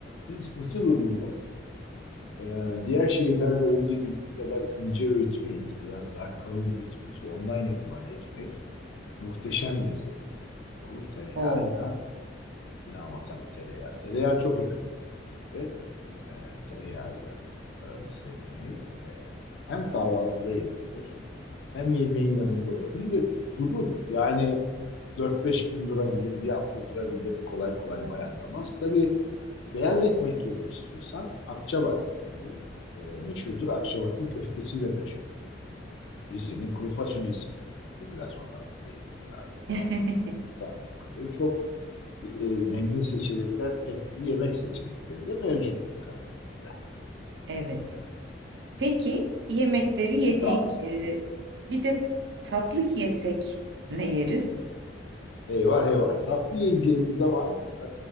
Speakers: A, on the left (about 85°); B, on the right (about 65°).
A: Biz mısır ununu e, diğer şeylerde olduğu gibi bu kadar ince öğütmeyiz. Biraz daha kalın öğütürüz. Ondan yapılan ekmek muhteşem lezzetli bir ekmek olur. Tereyağıyla,
B: Oo.
A: yine ama tabii tereyağı. Tereyağı çok önemli bize. E, tereyağıyla e, mısır ekmeği. E, hem kahvaltıda yenilebilir, hem yemeğin yanında olabilir ve durur. Yani Dört beş gün durabilir, bir hafta durabilir. Kolay kolay bayatlamaz. Tabii beyaz ekmek yemek istiyorsan Akçabat ekmeği e, meşhurdur. Akçabat'ın köftesi de meşhur. Rize'nin kuru fasulyesi meşhurdur. Biraz onların da değinmek lazım
B: <laughs>
A: tabii. Sadece bu kadar. Çok e, zengin seçenekler, etli yemek seçenekleri de mevcuttur Karadeniz'de.
B: Evet. Peki yemekleri yedik.
A: Ne kaldı?
B: Ee, bir de tatlı yesek ne yeriz?
A: Eyvah eyvah. Tatlı yiyeceğimiz zaman e,